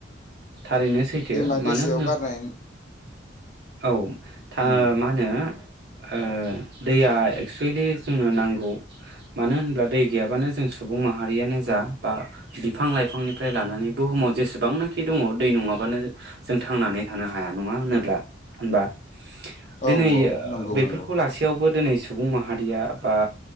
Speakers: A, on the right; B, on the left.
A: थारैनो सैथो
B: दैमा
A: मानो
B: दैसायाव
A: होनो
B: गारनाय
A: औ था
B: उम
A: ओ मा होनो ओ दैया एक्सुवेलि जोंनो नांगौ मानो होन्ला दै गैयाबानो जों सुबुं माहारियानो जा बा बिफां लाइफांनिफ्राय लानानै बुहुमाव जेसेबांनाखि दङ दै नङाबानो जों थांनानै थानो हाया नङा होनोब्ला होनबा दिनै
B: औ औ नंगौ
A: बेफोरखौ
B: नंगौ
A: लासेैयावबो दिनै सुबुं माहारिया बा